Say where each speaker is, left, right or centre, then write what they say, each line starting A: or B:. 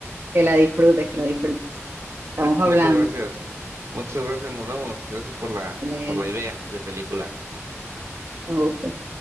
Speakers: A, on the right (about 65°); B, on the right (about 80°).
A: que la disfrutes, que la disfrutes. Estamos
B: <laughs>
A: hablando,
B: Muchas gracias. Muchas gracias. Nos vemos. Gracias por la,
A: Belén,
B: por la idea de película.
A: que me gustó.